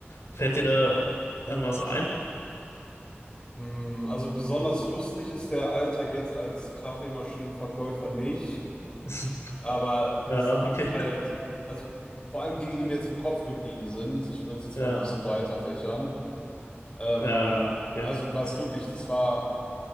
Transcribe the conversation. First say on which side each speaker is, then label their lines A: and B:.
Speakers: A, on the left; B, on the left.
A: Fällt dir da irgendwas ein?
B: Hm, Also besonders lustig ist der Alltag jetzt als Kaffeemaschinenverkäufer nicht,
A: <laughs>
B: aber
A: Ja,
B: es gibt
A: okay.
B: halt, also vor allem Dinge, die mir jetzt im Kopf geblieben sind. Ich würde es jetzt
A: Ja,
B: mal ein bisschen
A: ja,
B: breiter fächern. Ähm,
A: ja, ja, okay.
B: also was wirklich, das war